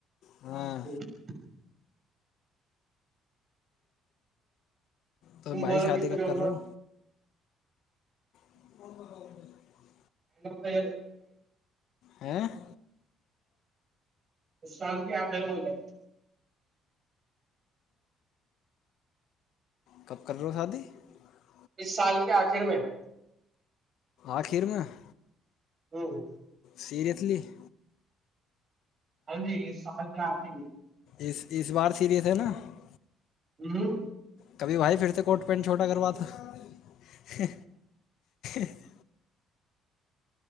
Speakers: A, on the left; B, on the right.
A: ہاں
B: <unintelligible>
A: تو
B: تم
A: بھائی
B: بولاو
A: شادی
B: کس کو
A: کب
B: جورم
A: کر رہے ہو <inaudible> <unintelligible>
B: <unintelligible> <unintelligible>
A: ہاں <unintelligible>
B: اس سال کیا آد ہے بولے
A: کب کر رہے ہو شادی <unintelligible>
B: اس سال کے آخر میں <unintelligible>
A: آخیر میں <unintelligible>
B: ہ <unintelligible>
A: سریسلی <unintelligible>
B: ارے یہ سال کیا آتی <unintelligible>
A: اس اس بار سیریس ہے نا <unintelligible>
B: ہ <unintelligible>
A: کبھی بھائی پھرتے کوٹ پینٹ چھوٹا کروات تو <unintelligible> <inaudible> <unintelligible>